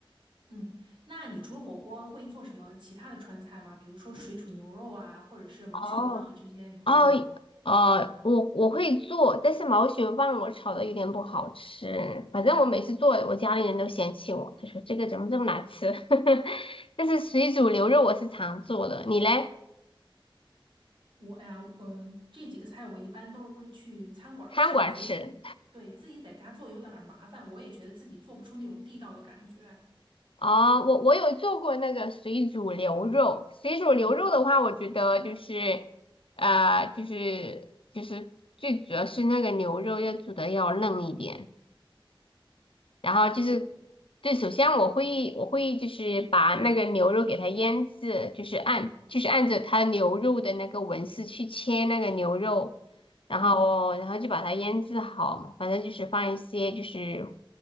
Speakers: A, on the right; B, on the left.
A: 嗯，那你除了火锅会做什么其他的川菜吗？比如说水煮牛肉啊，或者是毛血旺啊这些，
B: 哦，
A: 你会做吗？
B: 哦，呃，我我会做，但是毛血旺我炒的有点不好吃。反正我每次做，我家里人都嫌弃我，他说这个怎么这么难吃。<laughs> 但是水煮牛肉我是常做的，你嘞？
A: 我哎呀，我这几个菜我一般都是去餐馆儿吃，
B: 餐馆吃？
A: 我觉得自己对自己在家做有点儿麻烦，我也觉得自己做不出那种地道的感觉。
B: 哦，我我有做过那个水煮牛肉。水煮牛肉的话，
A: 嗯，
B: 我觉得就是，呃，就是就是最主要是那个牛肉要煮的要嫩一点。然后就是，
A: 对，
B: 对，首先我会我会就是把那个牛肉给它腌制，就是按就是按着它牛肉的那个纹丝去切那个牛肉，然后然后就把它腌制好嘛，
A: 嗯
B: 反正就是放一些就是